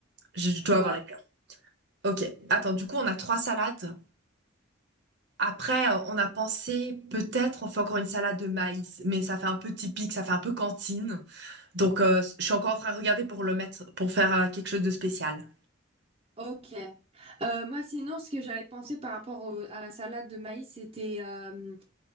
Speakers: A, on the right; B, on the right.
A: Je, je dois
B: Ouais.
A: avoir les fleurs. Ok, attends, du coup, on a trois salades. Après, euh, on a pensé peut-être on fait encore une salade de maïs, mais ça fait un peu typique, ça fait un peu cantine. Donc, euh, je suis encore en train de regarder pour le mettre, pour faire euh, quelque chose de spécial.
B: Ok. Euh, moi, sinon, ce que j'avais pensé par rapport au- à la salade de maïs, c'était... euh,